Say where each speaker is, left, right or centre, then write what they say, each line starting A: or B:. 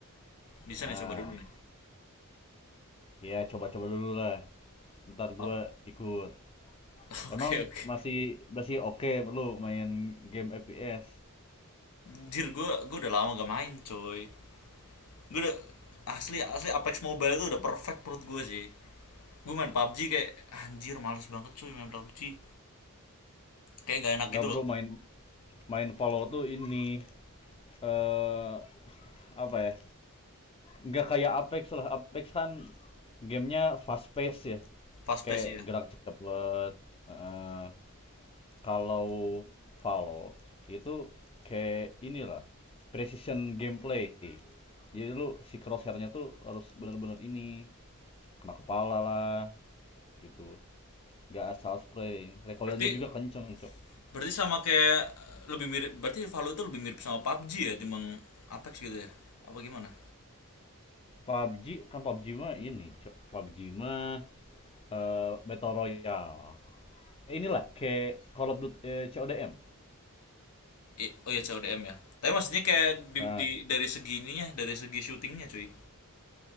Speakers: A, on the left (about 80°); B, on the left (about 25°).
A: Bisa
B: Nah,
A: nih coba dulu nih.
B: ya coba-coba dulu lah. Ntar gua
A: Ap-
B: ikut.
A: <laughs>
B: Emang
A: Oke oke.
B: masih masih oke okay, lu main game FPS?
A: Anjir gue gue udah lama gak main coy. Gue udah asli asli Apex Mobile itu udah perfect menurut gue sih. Gue main PUBG kayak anjir males banget cuy main PUBG. Kayak gak enak
B: Nggak
A: gitu
B: bro
A: loh.
B: main main Valor tuh ini eh apa ya? Nggak kayak Apex lah. Apex kan gamenya fast pace ya.
A: Fast
B: Kayak
A: pace ya.
B: gerak cepet. Eh, kalau Valor itu kayak inilah precision gameplay. Jadi lu si crosshairnya tuh harus bener-bener ini kena kepala lah gitu. nggak asal spray recoilnya
A: Berarti
B: juga kenceng cok
A: Berarti sama kayak lebih mirip berarti Valorant itu lebih mirip sama PUBG ya timbang Apex gitu ya. Apa gimana?
B: PUBG kan PUBG mah ini cok PUBG mah eh, battle royale Eh, inilah kayak Call of Duty eh, C O D m
A: I- oh ya C O D M ya. Tapi maksudnya kayak di,
B: Nah,
A: di- dari segi ininya, dari segi syutingnya cuy.